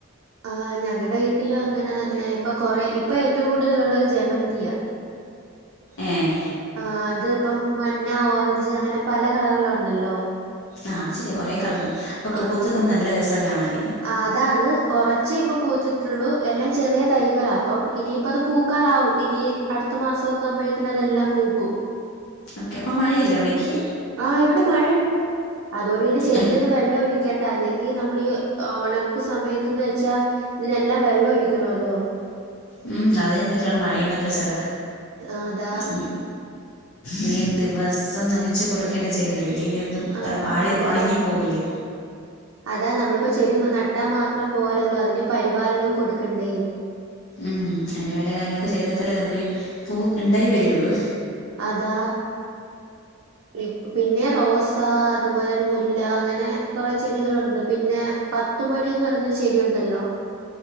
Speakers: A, on the right (about 85°); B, on the left (about 75°).
A: ആഹ് ഞങ്ങടെ വീട്ടിലും അങ്ങനെ തന്നെ. ഇപ്പ കൊറെ ഇപ്പൊ ഏറ്റവും കൂടുതലുള്ളത് ജമന്ത്യ.
B: ഏഹ്
A: ആഹ് അത് ഇപ്പം മഞ്ഞ, ഓറഞ്ച് അങ്ങനെ പല കളറിലു ഒണ്ടല്ലോ.
B: ആഹ് അത് ശെര്യ. കൊറേ കളർ. അപ്പോ പൂത്ത്ക്ക്ണത്
A: ആഹ്
B: നല്ല രസ കാണാന്.
A: ആഹ് അതാ അത് കൊറച്ചെ ഇപ്പ പൂത്തിട്ടുള്ളൂ. എല്ലാം ചെറിയ തൈകള അപ്പം ഇനി ഇപ്പ അത് പൂക്കാറാവും. ഇനി അടുത്ത മാസൊക്കാവുമ്പോഴ്ത്തേന് അതെല്ലാം പൂക്കും.
B: ഓക്കെ. അപ്പം മഴയില്ലേ അവിടേക്ക്.
A: ആഹ്. ഇവിടെ മഴയൊണ്ട്. അതോണ്ട് പിന്നെ ചെടിക്കൊന്നും
B: അത്
A: വെള്ളം ഒഴിക്കണ്ട അല്ലെങ്കി ഈ നമ്മള് ഈ ഓണക്ക് സമയത്ത്ന്ന് വെച്ചാ ഇതിനെല്ലാം വെള്ളം ഒഴിക്കണോല്ലോ.
B: ഉം അതാ ഞാൻ ചോയിച്ചെ അവിടെ മഴയുണ്ടെന്ന് ചോദിച്ചെ അതാ.
A: ആഹ് അതാ
B: ഉം. ഇനി ദിവസം നനച്ചു കൊടുക്കേണ്ട ചെടികളില്ലേലു തും
A: ആഹ്
B: ത വാഴ
A: അതാ
B: ഒണങ്ങിപ്പോവില്ലെ.
A: അതാ നമ്മളിപ്പൊ ചെടി നട്ടാ മാത്രം പോരല്ലോ. അതിന് പരിപാലനവും കൊടുക്കണ്ടേ.
B: ഉം അയിന്റെ മേല കാര്യങ്ങളൊക്കെ ചെയ്തൊത്താലേ നമുക്കൊരു പൂ ഇണ്ടായി വരൊള്ളു.
A: അതാ ഇപ് പിന്നെ റോസ, അതുപോലന്നെ മുല്ല, അങ്ങനെ കൊറേ ചെടികളുണ്ട്. പിന്നെ പത്തുമണിന്ന് പറഞ്ഞൊരു ചെടിയുണ്ടല്ലോ?